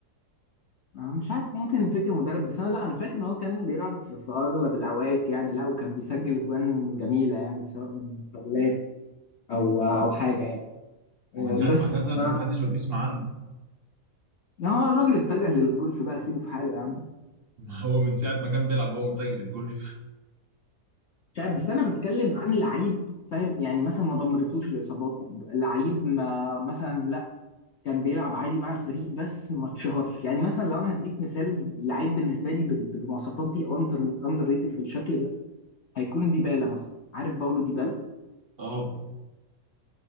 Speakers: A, on the left; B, on the right.
A: أنا مش عارف ممكن فكر مدرب بس انا لا انا فاكر ان هو كان بيلعب في في اغلب الاوقات يعني لا وكان بيسجل اجوان جميله يعني سواء من فاولات او او حاجه يعني
B: ومن
A: آه،
B: ساعه
A: بس
B: ما اعتزل
A: ف
B: ما حدش بقى بيسمع عنه
A: يعني هو الراجل اتجه للجولف بقى سيبه في حاله يا عم
B: <laughs> هو من ساعه ما كان بيلعب هو متجه للجولف
A: مش عارف بس انا بتكلم عن لعيب فاهم يعني مثلا ما دمرتوش الاصابات لعيب ما مثلا لا كان بيلعب عادي مع الفريق بس ما اتشهرش يعني مثلا لو انا هديك مثال لعيب بالنسبه لي بال- بالمواصفات دي اندر ريتد بالشكل ده هيكون ديبالا مثلا عارف باولو ديبالا
B: اه